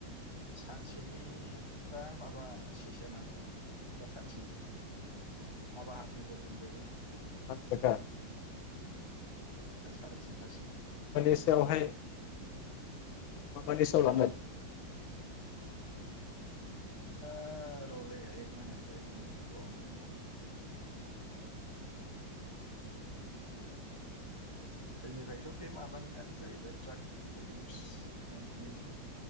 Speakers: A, on the right; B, on the left.
A: सानसेनि फुरा
B: औ
A: माबा सैसे माने फुरा सानसेनि आबाहाननिबो दुमदेरो
B: औ सानसेखा
A: सारि थिन्थासिम
B: माबादि सायावहाय माबादि सायाव लांङो
A: ओ र'दै एक
B: नागिरदों
A: मिनिट एक मिनिट र' नायनां जोंनिफ्रायथ' बे माबानियानो जाहैबाय ड्राग एबिउस मेन्टलि